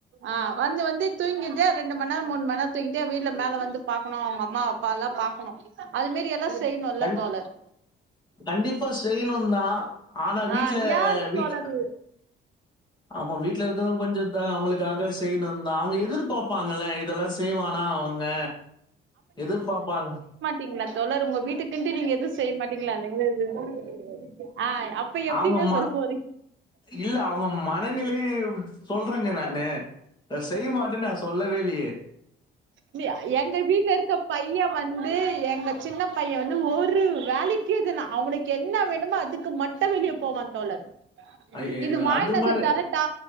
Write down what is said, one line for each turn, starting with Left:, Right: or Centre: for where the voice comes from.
Right: ஆஹ் வந்து வந்து தூங்கிட்டே ரெண்டு மணி நேரம் மூணு மணி நேரம் தூங்கிட்டே வீட்டுல மேல வந்து பாக்கணு அவங்க அம்மா அப்பா எல்லாம் பாக்கணு அது மேரி எல்லா செய்யணுல்ல
Left: கண்
Right: தோழர்
Left: கண்டிப்பா செய்யணும்தா ஆனா வீட்ல
Right: ஆ யா
Left: வீட்
Right: தோழர்
Left: ஆமா வீட்ல இருக்கதும் கொஞ்சம் தான் அவுங்களுக்காக செய்யணுதான் அவுங்க எதிர்பாப்பாங்கள்ள இதெல்லாம் செய்வானா அவுங்க எதிர்பாப்பாங்
Right: டிங்ளா தோழர் உங்க வீட்டுக்குன்டு நீங்க எதும் செய்ய மாட்டீங்களா <unintelligible> அப்ப எப்டிங்க
Left: அவுங்க ம
Right: சொல்ல போறீங்
Left: இல்ல அவுங்க மனநிலை சொல்றங்க நானு நா செய்ய மாட்டேன்னு நா சொல்லவே இல்லேயே
Right: <unintelligible> எங்க வீட்ல இருக்க பையன் வந்து எங்க சின்ன பையன் வந்து ஒரு வேலைக்கு முக்கியதுனா அவனுக்கு என்ன வேணுமோ அதுக்கு மட்டு வெளிய போவான் தோழர்
Left: ஐயய்யோ!
Right: இது மாய
Left: அது
Right: நகர்
Left: மாரி.
Right: கரெக்டா